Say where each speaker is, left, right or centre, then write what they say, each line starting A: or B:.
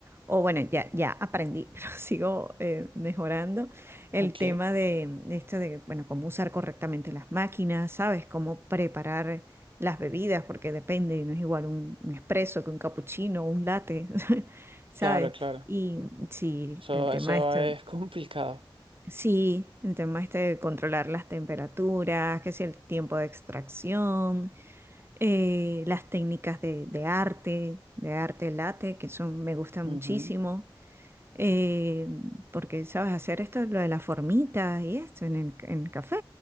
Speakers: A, on the right; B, on the right.
A: o bueno, ya, ya aprendí, <laughs> pero sigo eh, mejorando el
B: ok.
A: tema de, de esto de, bueno, cómo usar correctamente las máquinas, ¿sabes? Cómo preparar las bebidas, porque depende, no es igual un, un espresso que un capuchino o un latte, <laughs> ¿sabes?
B: Claro, claro.
A: Y sí,
B: Eso,
A: el tema
B: eso
A: de esto.
B: es <laughs> complicado.
A: Sí, el tema este de controlar las temperaturas, que si el tiempo de extracción, eh, las técnicas de, de arte, de arte late, que son, me gusta muchísimo,
B: Ujú.
A: eh, porque sabes hacer esto, lo de la formita y esto en el, en el café.